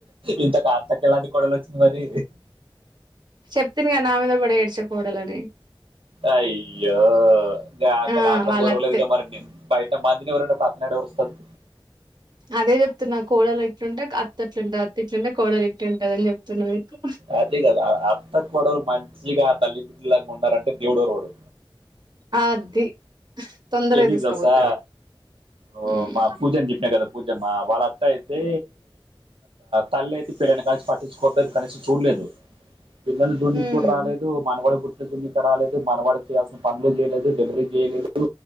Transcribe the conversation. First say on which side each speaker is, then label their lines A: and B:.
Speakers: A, on the right (about 80°); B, on the right (about 50°).
A: ఇంతకతకిలాడీ కొడలు వచ్చింది మరి
B: చెప్తిమే నా మీద పడి ఏడ్చే కోడలని
A: అయ్యో గా అక్కడ
B: ఆ
A: అత్తను
B: వాళ్ళ
A: ఓరవలేదుగా
B: అత్తే
A: మరి బయట మంతనూరుడి పతనాడు ఓరుస్తాడు
B: అదే చెప్తున్నా కోడలు ఇట్లుంటే అత్త అట్లుంటంది అత్త ఇట్లుంటే కోడలు ఇట్టుంటది అని చెప్తున్నా మీకు
A: అదే కదా అత్త కోడలు మంచిగా తల్లి బిడ్డలాగా ఉండారంటే దేవుడ రడు
B: అది తొందరగా
A: ఎడు
B: తీసుకపోతాడు
A: రాసా ఓ
B: హ్మ్
A: మా పూజను చెప్పిన కదా పూజమ్మా వాళ్ళత్త అయితే తల్లి అయితే పిల్లని కలిసి పట్టించుకూడదు కనీస చూడలేదు పిల్లలు జున్నికి
B: హ్మ్
A: కూడా రాలేదు మనవడు పుట్ రాలేదు మనవాడు చేయాల్సిన పనులు చేయలేదు డెలివరీ చేయలేదు